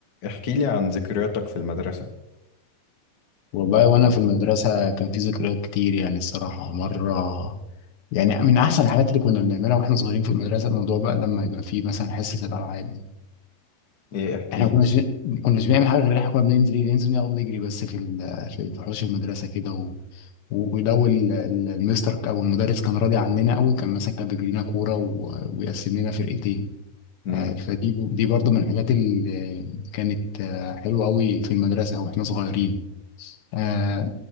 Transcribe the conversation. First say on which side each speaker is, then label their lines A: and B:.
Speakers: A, on the left; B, on the left.
A: احكي لي عن ذكرياتك في المدرسة
B: والله وانا في المدرسه كان في ذكريات كتير يعني الصراحه مره يعني من احسن الحاجات اللي كنا بنعملها واحنا صغيرين في المدرسه الموضوع بقى لما يبقى في مثلا حصه الالعاب دي
A: ايه احكي
B: احنا ما
A: لي
B: كناش ما كناش بنعمل حاجه غير إن احنا كنا بننزل إيه؟ ننزل نقعد نجري بس في ال- في في حوش المدرسه كده و... و- ولو ال- ال- المستر او المدرس كان راضي عننا قوي كان مثلا كان بيجري لنا كوره و... ويقسم لنا فرقتين
A: مم.
B: آه، فدي دي برضو من الحاجات اللي كانت آه، حلوه قوي في المدرسه واحنا صغيرين آه،